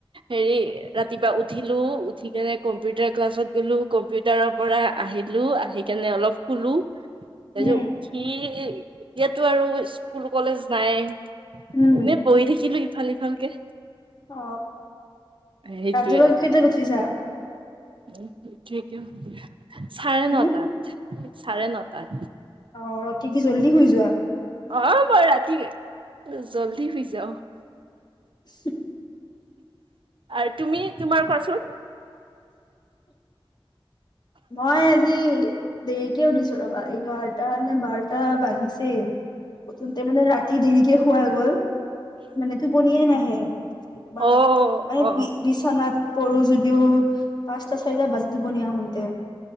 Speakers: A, on the right; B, on the left.
A: হেৰি ৰাতিপুৱা উঠিলো উঠি কে নে কম্পিউটাৰ ক্লাছত গ'লো কম্পিউটাৰৰ পৰা আহিলো আহি কেনে অলপ শোলো তাৰ
B: উম
A: পিছত উঠি এতিয়াতো আৰু স্কুল কলেজ নাই এনে
B: উম
A: বহি থাকিলো ইফাল সিফালকে
B: অ
A: সেইটোয়ে
B: ৰাতিপুৱা কেইটাত উঠিছা
A: <unintelligible> চাৰে
B: উম
A: নটাত চাৰে নটাত
B: অ ৰাতি কি জল্দি শুই যোৱা
A: অ মই ৰাতি জল্দি শুই যাও
B: উ
A: আৰু তুমি তোমাৰ কোৱাচোন
B: মই আজি দেৰিকে উঠিছোঁ ৰবা এইঘাৰটা নে বাৰটা বাজিছে প্ৰথমতে মানে ৰাতি দেৰিকে শুৱা গল মানে টোপনিয়ে নাহে এবাৰ
A: অ
B: মানে
A: অ
B: বি বিচনাত পৰো যদিও পাঁচটা ছয়টা বাজে টোপনি আহোতে